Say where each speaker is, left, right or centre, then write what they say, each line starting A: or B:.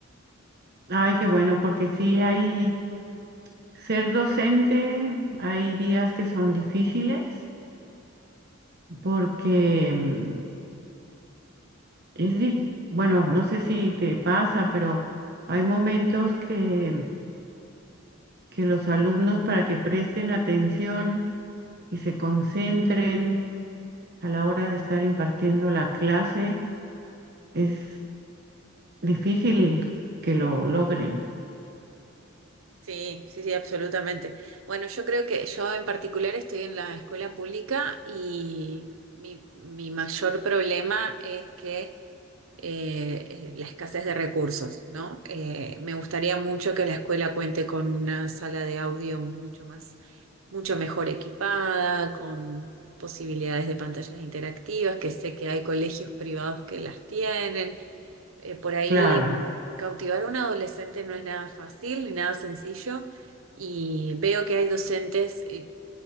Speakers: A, on the right (about 50°); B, on the right (about 80°).
A: Ay, qué bueno, porque sí hay ser docente, hay días que son difíciles, porque mm, es dif- bueno, no sé si te pasa, pero hay momentos que, que los alumnos para que presten atención y se concentren a la hora de estar impartiendo la clase es difícil que lo logren,
B: Sí, sí, sí, absolutamente. Bueno, yo creo que yo en particular estoy en la escuela pública y mi, mi mayor problema es que eh, eh, la escasez de recursos, ¿no? Eh, me gustaría mucho que la escuela cuente con una sala de audio mucho más, mucho mejor equipada, con posibilidades de pantallas interactivas, que sé que hay colegios privados que las tienen eh, por ahí
A: claro.
B: mm, cautivar a un adolescente no es nada fácil ni nada sencillo y veo que hay docentes eh,